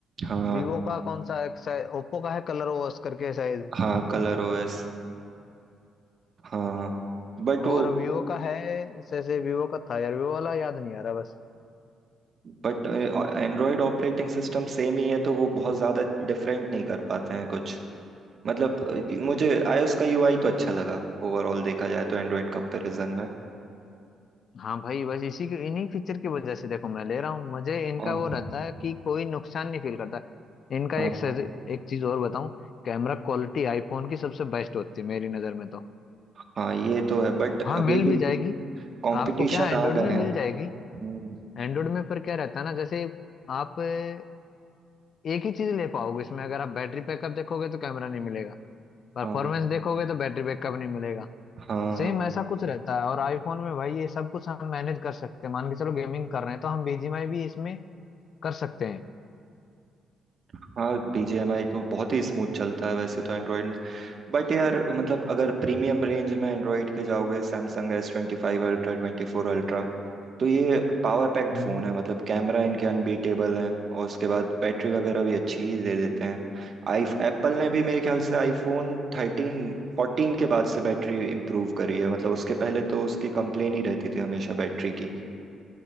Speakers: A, on the right; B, on the left.
A: हाँ
B: वीवो का कौन सा एक शायद ओप्पो का है कलर ओएस करके शायद
A: हाँ कलर ओएस हाँ बट
B: और
A: वो
B: वीवो का है जैसे वीवो का था यार वीवो वाला याद नहीं आ रहा बस
A: but android operating system same ही है तो वो बहुत ज्यादा डिफरेंट नहीं कर पाते हैं कुछ मतलब अ, मुझे आईओएस का यूआई तो अच्छा लगा ओवरऑल देखा जाए तो एंड्रॉयड कंपैरिजन में
B: हाँ भाई बस इसी की इन्हीं फीचर की वजह से देखो मैं ले रहा हूँ मुझे इनका
A: हाँ
B: वो रहता है कि कोई नुकसान नहीं फील करता इनका
A: हाँ
B: एक सज,
A: हाँ
B: एक चीज और बताऊं कैमरा क्वालिटी आईफोन की सबसे बेस्ट होती है मेरी नज़र में तो
A: हाँ, ये तो है बट
B: हाँ
A: अभी
B: मिल
A: भी
B: भी जाएगी
A: कंपटीशन
B: आपको क्या एंड्रॉइड
A: आ गए
B: में मिल
A: हैं
B: जाएगी
A: हम्म,
B: एंड्रॉइड में पर क्या रहता है ना जैसे आप अ, एक ही चीज ले पाओगे इसमें अगर आप बैटरी बैकअप देखोगे तो कैमरा नहीं मिलेगा परफॉर्मेंस
A: हाँ
B: देखोगे तो बैटरी बैकअप नहीं मिलेगा
A: हाँ
B: सेम
A: हाँ
B: ऐसा कुछ रहता है और आईफोन में भाई ये सब कुछ हम मैनेज कर सकते हैं मान के चलो गेमिंग कर रहे हैं तो हम बीजीएमआई भी इसमें कर सकते हैं
A: हाँ बीजीएमआई तो बहुत ही स्मूथ चलता है वैसे तो एंड्रॉयड में बट यार मतलब अगर प्रीमियम रेंज में एंड्रॉयड के जाओगे Samsung S twenty five ultra twenty four ultra तो ये पावर पैक्ड
B: हम्म।
A: फ़ोन है मतलब कैमरा इनके अनबीटेबल है और उसके बाद बैटरी वगैरह भी अच्छी ही दे देते हैं आई एप्पल ने भी मेरे ख्याल से आईफोन थर्टीन फोर्टीन के बाद से बैटरी इम्प्रूव करी है मतलब उसके पहले तो उसकी कंप्लेन ही रहती थी हमेशा बैटरी की